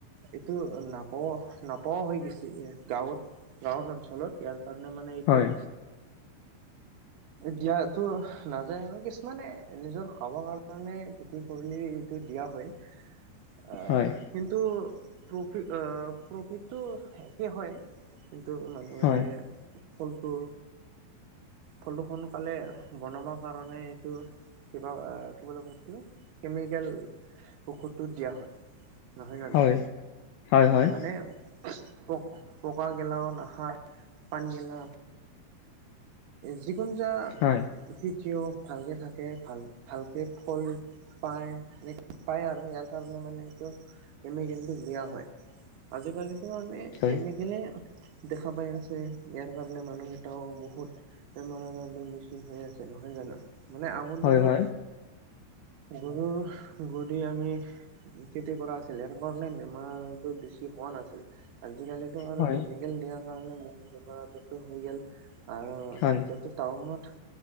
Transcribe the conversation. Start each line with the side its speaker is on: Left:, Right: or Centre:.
Right: এইটো নাপাঅ নাপাও হৈ গৈছে গাঁৱত গাঁওৰ অঞ্চলত ইয়াৰ কাৰণে মানে এইটো
Left: হয়, <inaudible>
Right: দিয়াটো নাযায় আৰু, কিছুমানে নিজৰ খাব কাৰণে খেতি কৰিলে ইটো দিয়া হয়।
Left: <inaudible>
Right: আহ
Left: হয়,
Right: কিন্তু, প্ৰফি অ প্ৰফিটটো একে হয়। কিন্তু মানুহ
Left: হয়,
Right: এটাই ফলটো ফলটো সোনকালে বনাব কাৰণে এইটো কিবা কি বুলি কয় এটো কেমিকেল ঔষধটো দিয়া হয়। নহয় জানো?
Left: হয়, হয়, হয়,
Right: মানে, প পকা গেলাও নাখায়। পানী গেলা যিকোনো যা
Left: হয়,
Right: খেতিও ভালকে থাকে, ভাল ভালকে ফল পায়। এনেকে পায় আৰু ইয়াৰ কাৰণে মানে এইটো কেমিকেলটো দিয়া হয়। আজিকালি আমি
Left: হয়,
Right: কেমিকেলে দেখা পাই আছে, ইয়াৰ কাৰণে মানুহ এটাও বহুত বেমাৰ আজাৰটো বেছি হৈ আছে নহয় জানো? মানে আগৰ
Left: হয়,
Right: দিনৰ,
Left: হয়,
Right: গৰুৰ গু দি আমি খেতি কৰা আছিলে, সেটো কাৰণে বেমাৰতটো বেছি হোৱা নাছিল। আজিকালিতো আৰু
Left: হয়,
Right: কেমিকেল দিয়াৰ কাৰণে বহুত বেমাৰ আজাৰটো হৈ গল। আৰু
Left: হয়,
Right: এতিয়াতো টাউনত